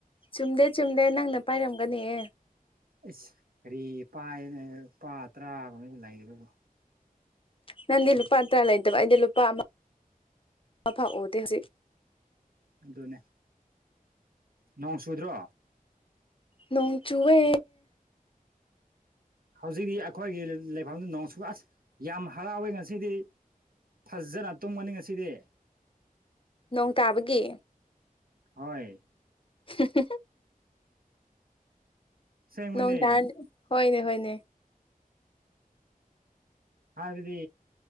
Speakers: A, on the left; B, on the right.
A: ꯆꯨꯝꯗꯦ ꯆꯨꯝꯗꯦ ꯅꯪꯅ ꯄꯥꯏꯔꯝꯒꯅꯤꯍꯦ
B: ꯏꯁ ꯀꯔꯤꯒꯤ ꯄꯥꯏꯕꯅꯣꯍꯦ ꯂꯨꯄꯥ ꯇꯔꯥꯒꯨꯝꯕ ꯂꯩꯕꯕꯨ
A: ꯅꯪꯗꯤ ꯂꯨꯄꯥ ꯇꯔꯥ ꯂꯩꯇꯕ ꯑꯩꯗꯤ ꯂꯨꯄꯥ ꯑꯃ ꯑꯃ ꯐꯥꯎ ꯎꯗꯦ ꯍꯧꯖꯤꯛ
B: ꯑꯗꯨꯅꯦ ꯅꯣꯡ ꯆꯨꯗ꯭ꯔꯣ
A: ꯅꯣꯡ ꯆꯨꯋꯦ
B: ꯍꯧꯖꯤꯛꯇꯤ ꯑꯩꯈꯣꯏꯒꯤ ꯂꯩꯐꯝꯗꯨ ꯅꯣꯡ ꯆꯨꯑꯦ ꯑꯁ ꯌꯥꯝ ꯍꯔꯥꯎꯋꯦ ꯉꯁꯤꯗꯤ ꯐꯖꯅ ꯇꯨꯝꯒꯅꯤ ꯉꯁꯤꯗꯤ
A: ꯅꯣꯡ ꯇꯥꯕꯒꯤ
B: ꯍꯣꯏ
A: <unintelligible>
B: ꯑꯁꯦꯡꯕꯅꯦ
A: ꯅꯣꯡ <unintelligible> ꯍꯣꯏꯅꯦ ꯍꯣꯏꯅꯦ
B: ꯍꯥꯏꯕꯗꯤ